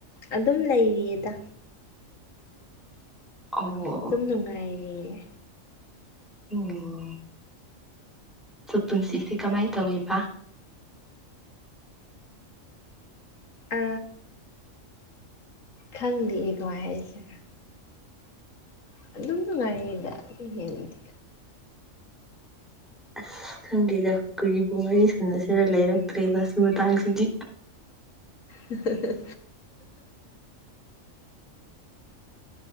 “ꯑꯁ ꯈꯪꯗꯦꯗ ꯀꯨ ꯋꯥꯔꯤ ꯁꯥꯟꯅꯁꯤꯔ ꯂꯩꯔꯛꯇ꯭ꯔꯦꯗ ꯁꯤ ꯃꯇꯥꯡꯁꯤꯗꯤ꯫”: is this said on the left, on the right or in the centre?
Centre